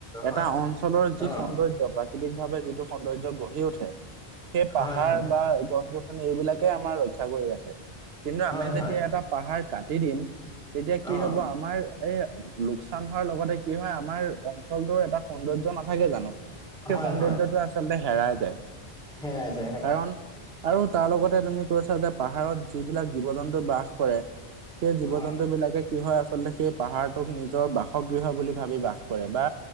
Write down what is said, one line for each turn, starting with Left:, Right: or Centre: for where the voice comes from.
Centre: হয়
Right: এটা অঞ্চলৰ যি
Centre: অ
Right: সৌন্দৰ্য প্ৰাকৃতিক ভাৱে যিটো সৌন্দৰ্য গঢ়ি উঠে। সেই পাহাৰ
Centre: হয় হয়
Right: বা গছ গছনি এইবিলাকে আমাৰ ৰক্ষা কৰি ৰাখে, কিন্তু
Centre: হয়
Right: আমি যেতিয়া
Centre: হয়
Right: এটা পাহাৰ কাটি দিম, তেতিয়া কি
Centre: অ
Right: হ'ব আমাৰ এই লোকচান হোৱাৰ লগতে কি হয় আমাৰ অঞ্চলটোৰ এটা সৌন্দৰ্য্য নাথাকে জানো। সেই
Centre: হয়
Right: সৌন্দৰ্য্যটো
Centre: হয়
Right: আচলতে হেৰাই যায়,
Centre: হেৰাই যায় হেৰাই
Right: কাৰণ
Centre: যায়।
Right: আৰু তাৰ লগতে তুমি কৈছা যে পাহাৰত যিবিলাক জীৱ জন্তু বাস কৰে, সেই জীৱ
Centre: হয়
Right: জন বিলাকে কি হয় আচলতে সেই পাহাৰটোক নিজৰ বাসগৃহ বুলি ভাবি বাস কৰে বা